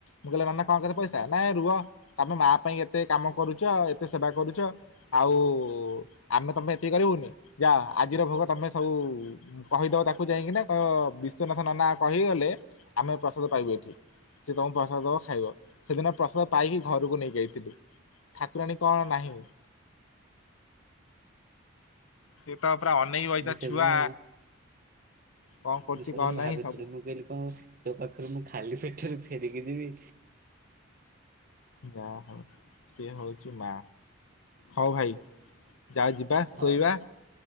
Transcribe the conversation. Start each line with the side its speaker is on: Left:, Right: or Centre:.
Left: ମୁଁ କହିଲ ମାନ ନା କଣ କେତେ ପଇସା ନାଇଁ ରୁହ ତମେ ମା ପାଇଁ ଏତେ କାମ କରୁଛ ଏତେ ସେବା କରୁଛ। ଆଉ ଆମେ ତମେ ଏତିକି କରିବୁନି ଯା ଆଜିର ଭୋଗ ତମେ ସବୁ କହିଦବ ତାକୁ ଯାଇକିନା କହିବ ବିଶ୍ୱନାଥ ନନା କହିଗଲେ ଆମେ ପ୍ରସାଦ ପାଇବୁ ଏଠି। ସେତମ ପ୍ରସାଦ ଦବ ଖାଇବ। ସେଦିନ ପ୍ରସାଦ ପାଇକି ଘରକୁ ନେଇକି ଯାଇଥିଲୁ। ଠାକୁରାଣୀ କଣ ନାହିଁ। ସେ ତ ପୁରା ଅନେଇକ ବଇତ
Right: ମୁଁ ସେଦିନ
Left: ଛୁଆ କଣ କରୁଛି
Right: ମୁଁ ସେଦିନଳେ
Left: କଣ ନାହିଁ
Right: ଭାବିଥିଲି
Left: ସବୁ
Right: ମୁଁ କହିଲି କଣ ତୋ ପାଖରୁ ମୁଁ ଖାଲି ପେଟରୁ ଫେରିକି ଯିବି।
Left: ଯା ହଉ ସିଏ ହଉଛି ମା ହଁ ଭାଇ। ଚାଲ ଯିବା
Right: ହଉ
Left: ଶୋଇବା